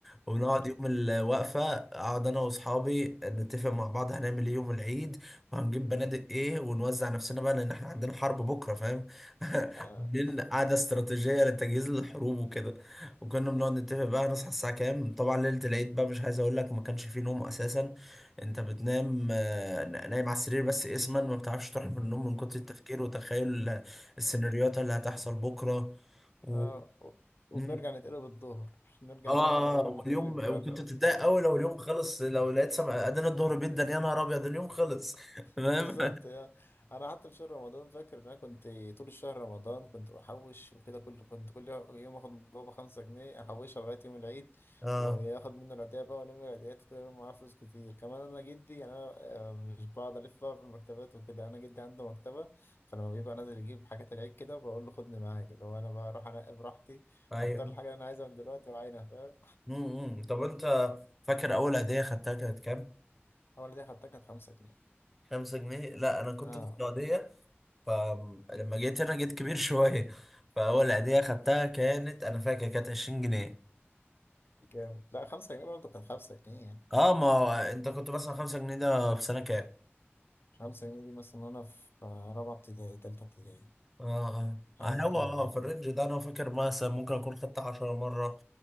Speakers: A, in the centre; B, on the left.
A: وبنقعد
B: مم.
A: يوم الوقفه اقعد انا واصحابي نتفق مع بعض هنعمل ايه يوم العيد وهنجيب بنادق ايه ونوزع نفسنا بقى لان احنا عندنا حرب بكره فاهم <laughs>
B: <laughs>
A: بالليل
B: آه.
A: قعده استراتيجيه للتجهيز للحروب وكده وكنا بنقعد نتفق بقى هنصحى الساعه كام طبعا ليله العيد بقى مش عايز اقول لك ما كانش فيه نوم اساسا انت بتنام آه، نايم على السرير بس اسما ما بتعرفش تروح من النوم من كتر التفكير وتخيل السيناريوهات اللي هتحصل بكره و...
B: آه. وبنرجع
A: مم.
B: نتقلب الظهر نرجع
A: اه
B: ننام الظهر
A: آه، واليوم
B: نتقلب بقى
A: وكنت بتتضايق قوي لو اليوم خلص لو لقيت سمع ادينا الظهر جدا يا نهار ابيض اليوم خلص <laughs> تمام
B: بالظبط يعني انا حتى في شهر رمضان فاكر ان انا كنت طول الشهر رمضان كنت بحوش وكده كل كنت كل يوم اخد من بابا خمسة جنيه احوشها لغايه يوم العيد
A: اه
B: وياخد منه العيدية بقى والم العيديات كده يبقى معاه فلوس كتير كمان انا جدي يعني انا آه، مش بقعد الف بقى في المكتبات وكده انا جدي عنده مكتبه فلما بيبقى نازل يجيب حاجات العيد كده بقول له خدني معاك اللي هو انا بروح انقي براحتي
A: ايوه
B: واختار الحاجه اللي انا عايزها من دلوقتي وعينها فاهم
A: امم طب انت فاكر اول هديه خدتها كانت كام؟
B: فاول دي خدتها كانت 5 جنيه
A: خمسة جنيه لا انا كنت
B: اه
A: في السعوديه فلما جيت هنا جيت كبير <laughs> شويه فاول
B: مم.
A: هديه خدتها كانت انا فاكر كانت 20 جنيه
B: جامد لا 5 جنيه برضه كان 5 جنيه يعني
A: اه ما هو انت كنت مثلا خمسة جنيه ده في سنة كام؟
B: خمسة جنيه دي مثلا وأنا في رابعة ابتدائي تالتة ابتدائي
A: اه
B: حاجات
A: اه هو
B: كده
A: اه
B: يعني
A: في الرينج ده انا فاكر مثلا ممكن اكون خدت 10 مرة